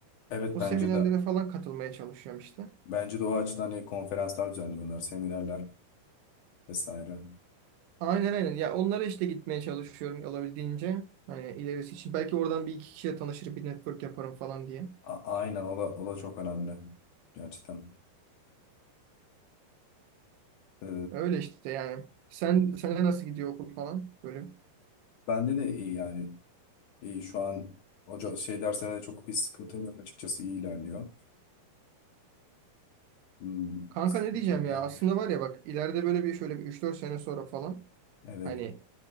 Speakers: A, on the left (about 75°); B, on the right (about 85°).
A: evet
B: O
A: bence
B: seminerlere
A: de.
B: falan katılmaya çalışıyorum işte.
A: Bence de o açıdan hani konferanslar düzenliyorlar, seminerler vesaire.
B: Aynen aynen. Ya onlara işte gitmeye çalışıyorum olabildiğince. Hani ilerisi için. Belki oradan bir iki kişiye tanışır bir network yaparım falan diye.
A: A- aynen o da, o da çok önemli. Gerçekten. E,
B: Öyle işte yani. Sen, sene nasıl gidiyor okul falan? Bölüm.
A: bende de iyi yani. İyi şu an hoca şey derslerine de çok bir sıkıntım yok açıkçası iyi ilerliyor. Hmm,
B: Kanka
A: bir sıkıntı
B: ne diyeceğim
A: yok
B: ya
A: yani.
B: aslında var ya bak ileride böyle bir şöyle bir üç dört sene sonra falan
A: Evet.
B: hani